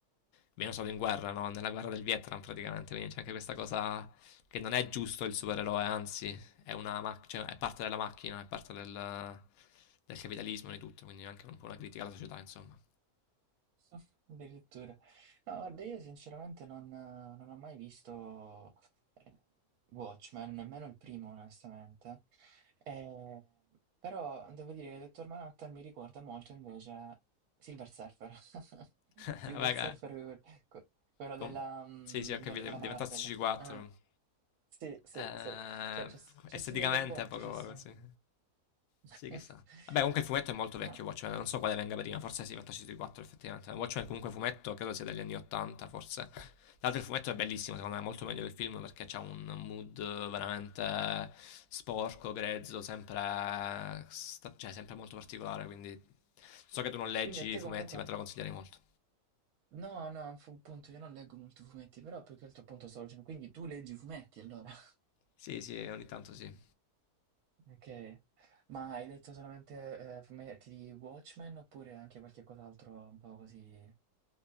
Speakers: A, on the left (about 70°); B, on the right (about 75°).
A: viene usato in guerra, no? Nella guerra del Vietnam, praticamente. Quindi c'è anche questa cosa che non è giusto il supereroe, anzi, è, una mac- cioè, è parte della macchina, è parte del, del capitalismo e di tutto. Quindi è anche un po' una critica alla società, insomma.
B: <laughs> Addirittura. No, guarda, io sinceramente non, non ho mai visto eh, Watchmen, nemmeno il primo, onestamente. Eh, però devo dire che Dottor Manhattan mi ricorda molto invece Silver Surfer. <laughs>
A: <laughs>
B: Silver
A: Vabbè,
B: Surfer, que- quello
A: Com-
B: della, mm,
A: sì, sì, ho capito,
B: della- della
A: diventa
B: Marvel.
A: C4.
B: Ah, sì, sì,
A: Eh,
B: sì. Cioè, ci ass- ci
A: esteticamente
B: assomiglia un botto,
A: è poco
B: ci assomiglia.
A: poco, sì.
B: <laughs>
A: Sì, chissà. Vabbè, comunque il fumetto è molto vecchio,
B: No.
A: Watchmen, non so quale venga prima, forse sì, C4 effettivamente. Eh, Watchmen comunque fumetto, credo sia degli anni 80, forse. Tra l'altro il fumetto è bellissimo, secondo me è molto meglio del film perché c'ha un mood veramente sporco, grezzo, sempre, sta- cioè, sempre molto particolare, quindi so che tu non leggi
B: Quindi a te
A: i fumetti,
B: comunque.
A: ma te lo consiglierei molto.
B: No, no, fu un punto, io non leggo molto fumetti, però più che altro appunto stavo dicendo, quindi tu leggi fumetti allora. <laughs>
A: Sì, sì, ogni tanto sì.
B: Ok, ma hai letto solamente eh, fumetti di Watchmen oppure anche qualche cos'altro un po' così